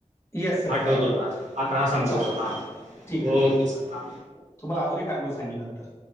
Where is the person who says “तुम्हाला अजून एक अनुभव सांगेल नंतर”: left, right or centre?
Left